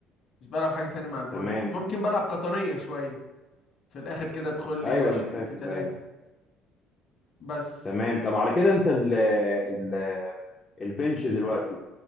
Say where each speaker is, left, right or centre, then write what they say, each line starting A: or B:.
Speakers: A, on the left; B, on the left.
A: مش بلعب حاجة تاني مع البول
B: تمام
A: ممكن بلعب قطنية شوية في الاخر كده ادخل لي
B: ايوه
A: 20
B: انا فاكر
A: في 3
B: ايوه
A: بس
B: تمام طب على كده انت ال ال البنش دلوقتي